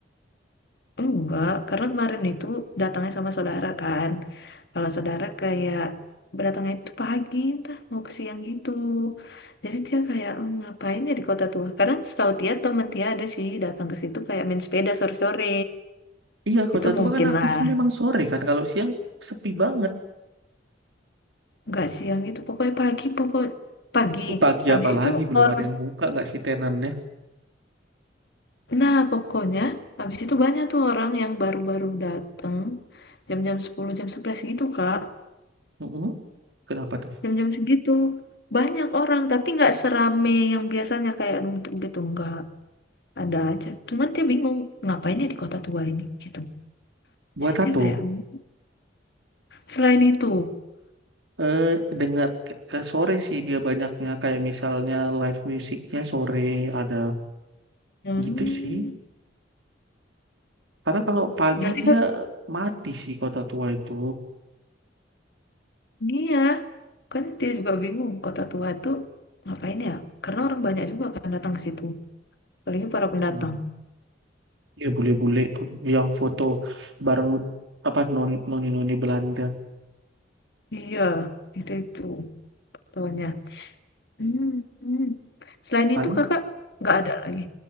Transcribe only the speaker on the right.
Iya, kota
tua
kan aktifnya
memang sore kan. Kalau siang sepi banget.
Ini pagi
apalagi
belum
ada yang buka nggak sih tenannya?
Mm-mm. Kenapa tuh?
Buat
tato.
Eh, dengar ke, ke sore sih dia banyaknya kayak misalnya live musiknya sore ada
gitu sih. Karena kalau pagi
dia
mati sih kota tua itu.
Mm. Ya bule-bule tuh yang foto bareng apa non noni noni Belanda.
Paling